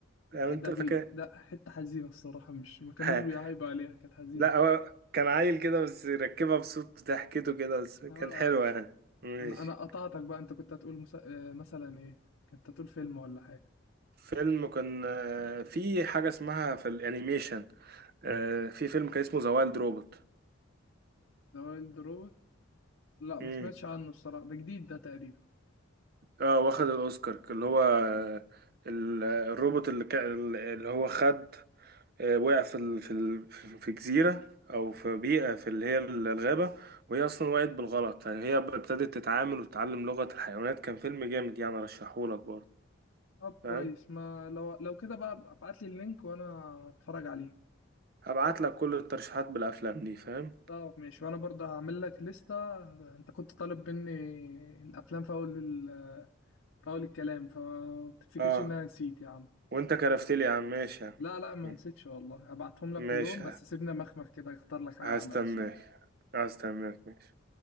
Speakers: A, on the right (about 45°); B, on the left (about 60°).
A: يعني انت
B: ده بي
A: فاكر
B: ده حتة حزينة الصراحة مش ما كانوش
A: ها.
B: بيعيبوا عليها كانت حزينة
A: لا هو كان عيل كده بس ركبها بصوت ضحكته كده بس
B: اه
A: كانت حلوه
B: آه.
A: يعني ماشي
B: انا انا قطعتك بقى انت كنت هتقول مس... آه، مثلا ايه كنت هتقول فيلم ولا حاجة
A: فيلم كان آه، في حاجة اسمها في الانيميشن آه، في فيلم كان اسمه ذا وايلد روبوت
B: ذا وايلد روبوت لا ما
A: امم
B: سمعتش عنه الصراحة ده جديد ده تقريبا
A: اه واخد الاوسكار اللي هو آه، ال- الروبوت اللي, كا- اللي هو خد آه، وقع في ال... في ال... في جزيرة او في بيئة في اللي هي الغابة وهي اصلا وقعت بالغلط يعني هي ابتدت تتعامل وتتعلم لغة الحيوانات كان فيلم جامد يعني ارشحهولك برضه
B: طب كويس
A: فاهم
B: ما لو لو كده بقى ابعت لي اللينك وانا اتفرج عليه
A: هبعت لك كل الترشيحات بالافلام دي فاهم
B: طب ماشي وانا برضه هعمل لك لستة انت كنت طالب مني الافلام في اول فاول الكلام فما تفتكرش
A: اه
B: ان انا نسيت يا عم
A: وانت كرفت لي يا عم ماشي يا
B: لا لا ما
A: عم.
B: نسيتش والله هبعتهم لك كلهم
A: ماشي
B: بس سيبنا مخمخ كده اختار لك حاجة
A: هستناك
B: على ذوقي
A: هستناك ماشي